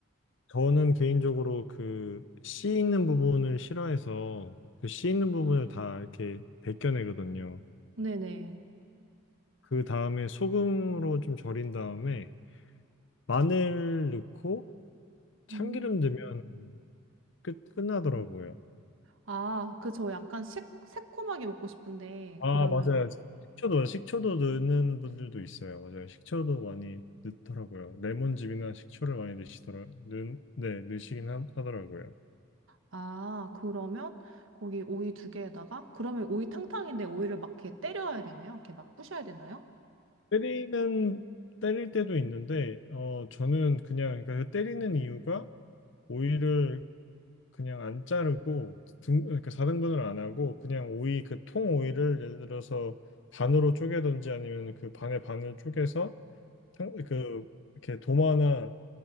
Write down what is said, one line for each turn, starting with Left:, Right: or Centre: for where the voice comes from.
Left: 저는 개인적으로 그 씨 있는 부분을 싫어해서 그 씨 있는 부분을 다 이렇게 벗겨내거든요.
Right: 네네.
Left: 그 다음에 소금으로 좀 절인 다음에 마늘 넣고 참기름
Right: 음.
Left: 넣으면 끝 끝나더라고요.
Right: 아, 그 저 약간 새, 새콤하게 먹고 싶은데,
Left: 아,
Right: 그러면,
Left: 맞아요. 식초도 식초도 넣는 분들도 있어요. 맞아요. 식초도 많이 넣더라고요. 레몬즙이나 식초를 많이 넣으시더라. 넣, 네, 넣으시긴 하, 하더라고요.
Right: 아, 그러면 거기 오이 두 개에다가, 그러면 오이 탕탕인데 오이를 막 이렇게 때려야 되나요? 이렇게 막 부셔야 되나요?
Left: 때리는 때릴 때도 있는데 어 저는 그냥 그러니까 그 때리는 이유가 오이를 그냥 안 자르고 등 그러니까 4등분을 안 하고 그냥 오이 그 통 오이를 예를 들어서 반으로 쪼개든지 아니면 그 반의 반을 쪼개서 탕- 그 이렇게 도마나